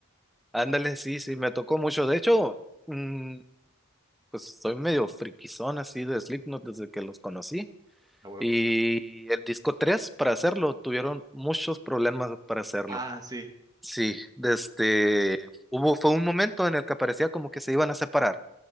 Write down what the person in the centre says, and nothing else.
ándale, sí, sí, me tocó mucho. De hecho, mm, pues soy medio friquizón así de Slipknot desde que los conocí.
Y el disco 3 para hacerlo, tuvieron muchos problemas para hacerlo.
Sí, desde hubo fue un momento en el que parecía como que se iban a separar